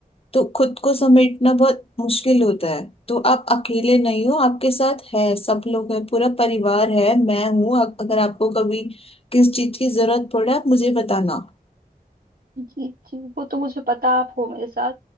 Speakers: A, on the left; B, on the right.
A: तो खुद को समेटना बहुत मुश्किल होता है तो आप अकेले नहीं हो आपके साथ है सब लोग हैं पूरा परिवार है मैं हूँ अ- अगर आपको कभी किस चीज की जरूरत पड़े आप मुझे बताना
B: जी जी वो तो मुझे पता आप हो मेरे साथ